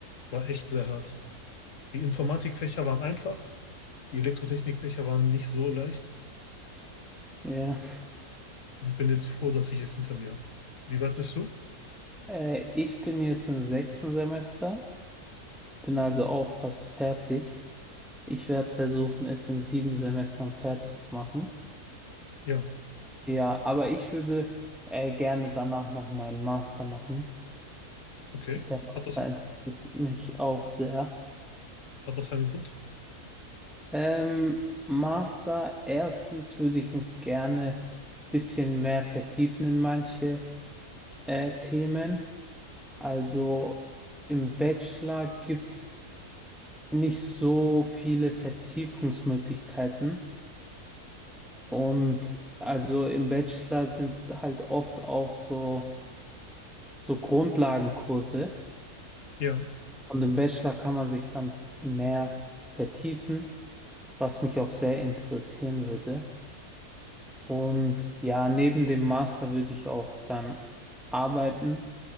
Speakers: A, on the left; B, in the centre.
A: War echt sehr hart. Die Informatikfächer waren einfach, die Elektrotechnikfächer waren nicht so leicht.
B: Ja.
A: Ich bin jetzt froh, dass ich es hinter mir habe. Wie weit bist du?
B: Äh, ich bin jetzt im sechsten Semester. Bin also auch fast fertig. Ich werde versuchen, es in sieben Semestern fertig zu machen.
A: Ja,
B: Ja, aber ich würde äh, gerne danach noch meinen Master machen.
A: okay.
B: Der Master
A: Hat das,
B: interessiert mich auch sehr.
A: Hat das einen Grund?
B: Ähm, Master, erstens würde ich mich gerne ein bisschen mehr vertiefen in manche äh, Themen. Also im Bachelor gibt es nicht so viele Vertiefungsmöglichkeiten. Und also im Bachelor sind halt oft auch so, so Grundlagenkurse.
A: Ja,
B: Und im Bachelor kann man sich dann f- mehr vertiefen, was mich auch sehr interessieren würde. Und ja, neben dem Master würde ich auch dann arbeiten,